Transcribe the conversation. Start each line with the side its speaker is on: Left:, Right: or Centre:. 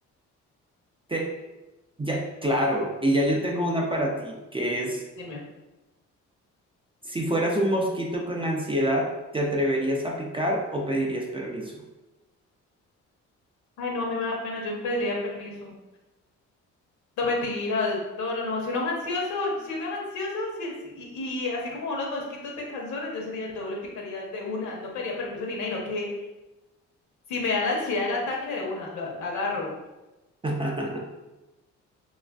Right: Te- ya, claro, y ya yo tengo una para ti, que es...
Left: Dime.
Right: Si fueras un mosquito con ansiedad, ¿te atreverías a picar o pedirías permiso?
Left: Ay, no, a mí me da pena, yo pediría permiso. No, mentira, no, no, no. Si uno es ansioso, si uno es ansioso, si es- y, y así como son los mosquitos de canzones, yo sería el doble, picaría de una, no pediría permiso ni nada, no que si me da la ansiedad el ataque de una, lo agarro.
Right: <laughs>